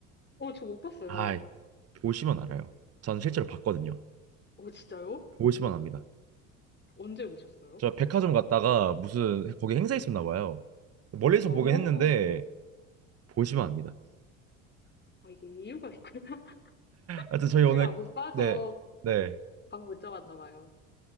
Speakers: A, on the left; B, on the right.
A: 어, 저 못 봤어요.
B: 아, 보시면 알아요. 저는 실제로 봤거든요.
A: 어, 진짜요?
B: 보시면 압니다.
A: 언제 보셨어요?
B: 저 백화점 갔다가 무슨 거기 행사 있었나 봐요. 멀리서
A: 어,
B: 보긴 했는데 보시면 압니다.
A: 아, 이게 이유가 있구나. <laughs>
B: 하여튼 저희 오늘
A: 제가 못 봐서
B: 네, 네.
A: 감 못 잡았나 봐요.